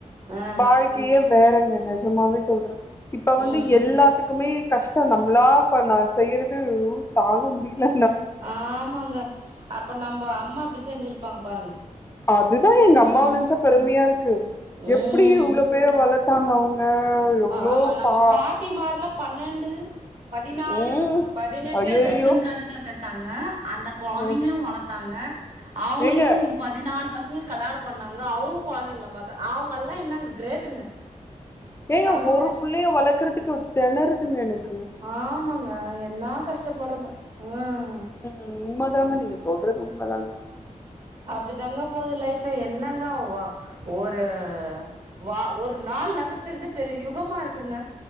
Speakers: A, on the right; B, on the left.
A: ஆ ஆ
B: வாழ்க்கயே வேறங்க நிஜமாவே சொல்ற இப்ப வந்து
A: ம்
B: எல்லாத்துக்குமே கஷ்டோ நம்மளா இப்ப நா செய்யறது அய்யோ தாங்க முடியுல
A: ஆமாங்க அப்ப நம்ப அம்மா எப்டி செஞ்சிருப்பாங்க பாருங்க
B: அதுதா எங்க அம்மாவ
A: ம்
B: நென்ச்சா பெருமையா இருக்கு
A: ம்
B: எப்டி இவ்ளோ பிள்ளை வளத்தாங்க அவங்க எவ்ளோ
A: ஆ ஆமா நம்ப
B: பா
A: பாட்டி மார்ல பன்னெண்டு பதினாலு
B: ம்
A: பதினெட்டு
B: ஐயோயோ
A: டசன் கணக்கல பெத் தாங்க அந்த கொழந்தைங்களை
B: ம்
A: வளத்தாங்க அவங்களுக்கு
B: ஏங்க
A: பதினாலு பசங்களுக்கு கல்யாண பண்ணாங்க அவங்க குழந்தைங்கால பாத்தாங்க அவங்கல்லா இன்னு கிரேட்டுங்க
B: ஏங்க
A: செம
B: ஒரு
A: கிரேட்
B: புள்ளையை வளக்குறதுக்கு திணறதுங்க எனக்
A: ஆமாங்க என்ன கஷ்டப்படுறது ம்
B: உண்மை தாங்க நீங்க சொல்றது உண்மை தாங்க
A: அப்டி தங்க போது லைஃப் என்னங்க ஒரு வா ஒரு நாள் நகத்துறது பெரிய யுகமா இருக்குங்க